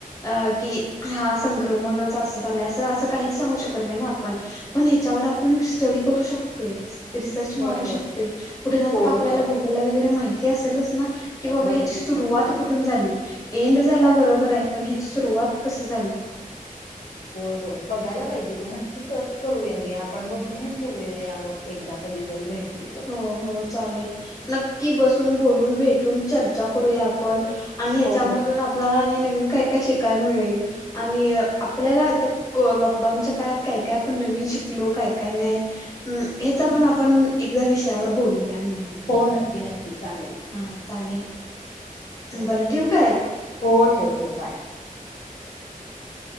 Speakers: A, on the left; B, on the left.
A: अ की हां संक्रमणच असं झालं असं असं काहींचं सांगू शकतं नाहीं नां आपणं पण ह्याच्यावर आपण स्टडी करू शकतोय रिसर्च
B: बरोबर
A: मारू शकतोय कुठे ना
B: होय
A: कुठे
B: होय
A: वर मा असेलच ना क
B: शंभर
A: बा ह्या
B: टक्के
A: सुरुवात
B: शंभर टक्के
A: कुठं झाली एंड झाला बरोबर आहे पण याची सुरुवात कसं
B: हो हो बघायला पाहिजे ते नक्की सर्च करूया घे आपण बसूनच बोलूया यावर एकदा कधीतरी भेटली तर
A: हो हो चालेल नक्की बसून बोलून भेटून चर्चा करूया आपण आणि ह्याच्यामधून
B: हो हो
A: आपल्याला आणि नवीन काय काय शिकाय मिळेल आणि आपल्याला लॉकडाऊनच्या काळात काय काय आपण नवीन शिकलो काय काय नाही ह्याचा पण आपण एकदा विषयावर बोलूया नि म्हण
B: हो नक्की नक्की चालेल
A: हा चालेल
B: हो
A: बरं ठेवक आहे
B: हो ठेव ठेव बाय